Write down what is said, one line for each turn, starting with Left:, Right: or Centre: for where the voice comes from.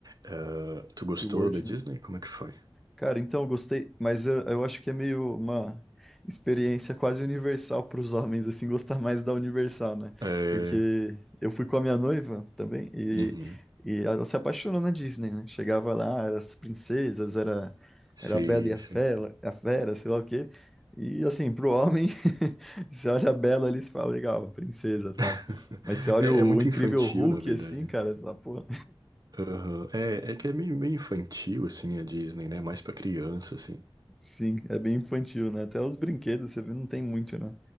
Right: Eh, tu gostou
Centre: SeaWorld,
Right: da Disney?
Centre: né?
Right: Como é que foi?
Centre: Cara, então eu gostei, mas eu, eu acho que é meio uma experiência quase universal para os homens, assim, gostar mais da Universal, né?
Right: É,
Centre: Porque eu fui com a minha noiva também e,
Right: Uhum.
Centre: e ela se apaixonou na Disney, né? Chegava lá, era as princesas, era,
Right: Sim,
Centre: era a Bela e a Fera,
Right: sim.
Centre: a Fera, sei lá o quê. E assim, pro homem, <laughs> você olha a Bela ali e você fala, legal, princesa e tal.
Right: <laughs>
Centre: Mas você olha
Right: É,
Centre: o,
Right: é muito
Centre: o incrível
Right: infantil,
Centre: Hulk
Right: na verdade.
Centre: assim, cara, você fala, pô,
Right: Aham. É, é que é meio, meio infantil, assim, a Disney, né? Mais pra criança, assim.
Centre: sim, é bem infantil, né? Até os brinquedos, você vê, não tem muito, né?